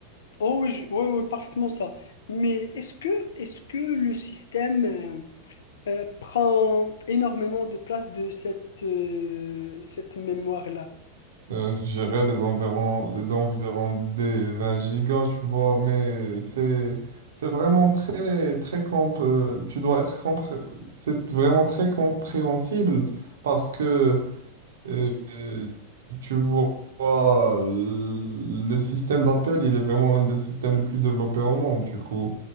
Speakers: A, on the left; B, on the right.
A: Oh oui, je- oui, oui, parfaitement ça. Mais est-ce que, est-ce que le système euh, euh, prend énormément de place de cette, euh, cette mémoire-là?
B: Euh, je dirais les environs, les environs des 20 gigas, tu vois, mais c'est, c'est vraiment très, très comp- euh, tu dois être compré- c'est vraiment très compréhensible parce que et- et tu vois, le système d'Apple, il est vraiment l'un des systèmes les plus développés au monde. Du coup,